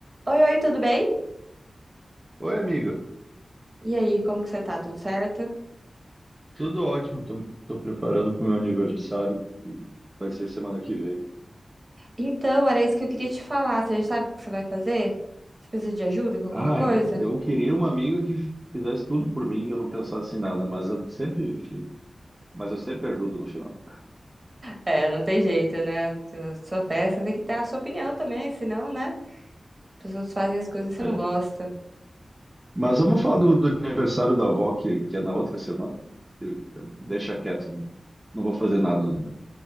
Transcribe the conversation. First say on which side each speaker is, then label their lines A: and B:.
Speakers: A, on the right (about 35°); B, on the right (about 20°).
A: Oi, oi, tudo bem?
B: Oi, amiga.
A: E aí, como que você tá? Tudo certo?
B: Tudo ótimo. Tô, tô preparando pro meu aniversário, que vai ser semana que vem.
A: Então, era isso que eu queria te falar. Você já sabe o que você vai fazer? Você precisa de ajuda com alguma
B: Ai,
A: coisa?
B: eu queria uma amiga que fizesse tudo por mim e eu não pensasse em nada, mas eu sempre, mas eu sempre ajudo no final.
A: É, não tem jeito, né? Tu- Sua festa tem que ter a sua opinião também, senão, né? As pessoas fazem as coisas e você
B: É.
A: não gosta. Não
B: Mas vamos falar do, do aniversário da avó, que, que é na outra semana. Eu- eu- deixa quieto, não não vou fazer nada. não.